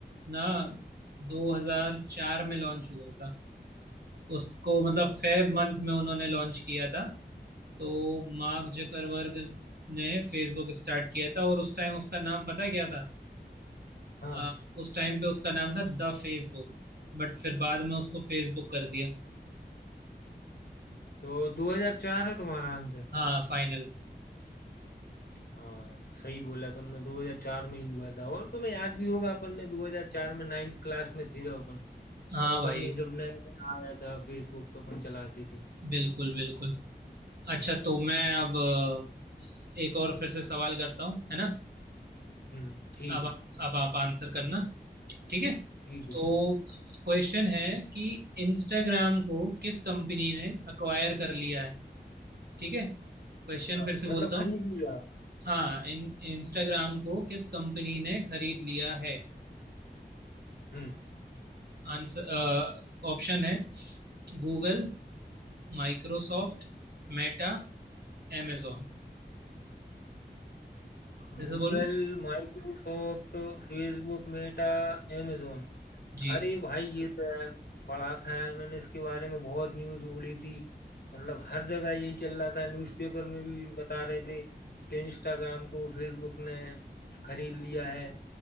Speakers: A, on the right; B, on the left.
A: ना 2004 में लॉन्च हुआ था उसको मतलब फेब मंथ में उन्होंने लॉन्च किया था तो मार्क जकरवर्ग ने फेसबुक स्टार्ट किया था और उस टाइम उसका नाम पता है क्या था
B: हाँ
A: आ, उस टाइम पे उसका नाम था द फेसबुक बट फिर बाद में उसको फेसबुक कर दिया
B: तो 2004 है तुम्हारा आंसर
A: हाँ फाइनल
B: हाँ सही बोला तुमने 2004 में ही हुआ था और तुम्हें याद भी होगा अपन ने 2004 में नाइन्थ क्लास में थी जब अपन
A: हाँ
B: तब अपन
A: भाई
B: ने जब नया आया था फेसबुक तो अपन चलाती थी
A: बिल्कुल बिल्कुल अच्छा तो मैं अब अ, एक और फिर से सवाल करता हूँ है ना
B: हम्म ठीक
A: अब
B: है
A: आप- अब आप आंसर करना ठीक है
B: ठीक है
A: तो
B: ठीक
A: क्वेश्चन है कि इंस्टाग्राम को किस कंपनी ने अक्वायर कर लिया है ठीक है क्वेश्चन
B: हाँ
A: फिर से
B: मतलब
A: बोलता
B: खरीद
A: हूँ
B: लिया
A: हाँ इन इंस्टाग्राम को किस कंपनी ने खरीद लिया है
B: हम्म
A: आंसर ऑप्शन है गूगल माइक्रोसॉफ्ट मेटा amazon
B: Google
A: फिर से बोलूँ
B: Microsoft Facebook Meta amazon
A: जी
B: अरे भाई ये तो यार पढ़ा था यार मैंने इसके बारे में बहुत न्यूज उड़ी थी मतलब हर जगह यही चल रहा था न्यूज़पेपर में भी बता रहे थे कि इंस्टाग्राम को फेसबुक ने खरीद लिया है